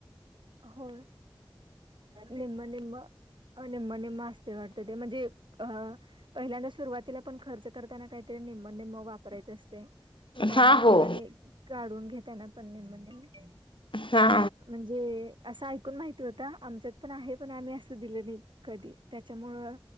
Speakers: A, on the right; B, on the left.
A: हो निम निम. अ निमणे मस्त वाटत ते म्हणजे अ. पहिल्यांदा सुरुवातीला पण खर्च करताना काहीतरी निम्मनम्म वापरायचे असते. त्यानंतर
B: हा हो
A: आणि काढून घेता येना पण म्हणज.
B: हा
A: म्हणजे असं ऐकून माहिती होता आमच्यात पण आहे पण आम्ही असं दिलं नाही कधी त्याच्यामुळं,